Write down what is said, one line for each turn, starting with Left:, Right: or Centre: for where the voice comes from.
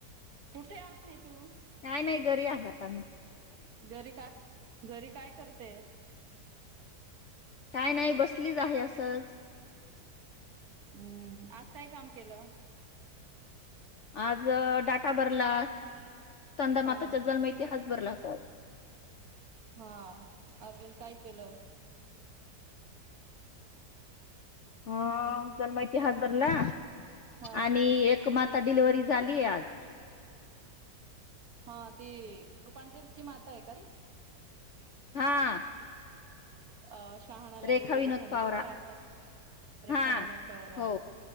Right: कुठे आहे तू?
Left: नाही नाही घरी आहे आता मी.
Right: घरी का? घरी काय करते?
Left: काय नाही बसलीच आहे असंच
Right: हू आज काय काम केलं?
Left: आज डाटा भरला कंदमाताच्या
Right: हा
Left: जलमयती हात भरला हो <unintelligible>
Right: हा अजून काय केलं?
Left: हा जन माहिती हात भरला.
Right: हा
Left: आणि एक मात ता डिलिवर्ही झालीय आज
Right: हा ती कुरपांढरेची माता आहे का र
Left: हा
Right: आ शहाणाला
Left: रेखा
Right: डिलवर्हरी
Left: विनोद
Right: झाली
Left: पावरा
Right: बघा आता रेखा
Left: हा
Right: विनोताव
Left: हो